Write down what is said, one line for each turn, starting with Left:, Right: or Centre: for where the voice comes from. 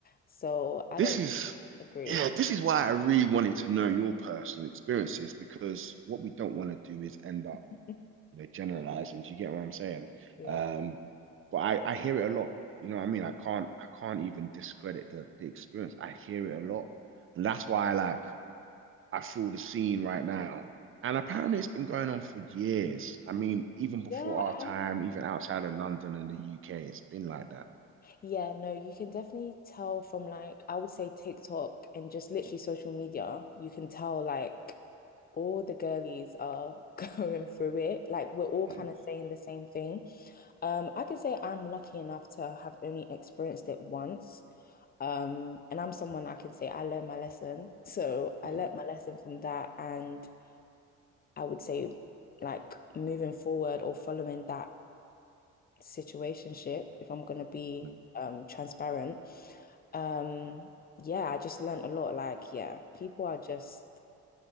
Left: So I
Right: This
Left: don't
Right: is,
Left: agree.
Right: yeah, this is why I really wanted to know your personal experiences because what we don't want to do is end up
Left: <laughs>
Right: you know, generalizing. Do you get what I'm saying?
Left: Yeah.
Right: Um, but I, I hear it a lot. You know what I mean? I can't I can't even discredit the, the experience. I hear it a lot. And that's why I like I feel the scene right now. And apparently it's been going on for years. I mean, even before
Left: Yeah, I
Right: our time, even outside of London and the UK, it's been like that.
Left: Yeah, no, you can definitely tell from like, I would say TikTok and just literally social media, you can tell like all the girlies are <laughs> going through it. Like, we're all kind
Right: Mm,
Left: of saying the same thing. Um, I can say I'm lucky enough to have only experienced it once. Um, and I'm someone I can say I learned my lesson. So I
Right: mm,
Left: learned my lesson from that. And I would say, like, moving forward or following that situationship, if I'm gonna be
Right: mm.
Left: um transparent. Um, yeah, I just learned a lot. Like, yeah, people are just